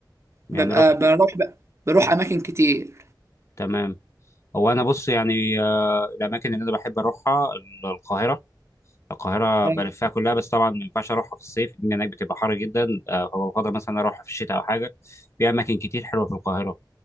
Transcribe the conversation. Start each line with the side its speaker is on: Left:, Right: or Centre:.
Left: يعني
Right: ببقى
Left: رحت
Right: بروح بقى بروح اماكن كتير
Left: تمام هو انا بص يعني آه الاماكن اللي انا بحب اروحها القاهره القاهرة
Right: أيوة.
Left: بلفها كلها بس طبعا ما ينفعش أروحها في الصيف الدنيا هناك بتبقى حر جدا آه، فبفضل مثلا أروحها في الشتاء أو حاجة في أماكن كتير حلوة في القاهرة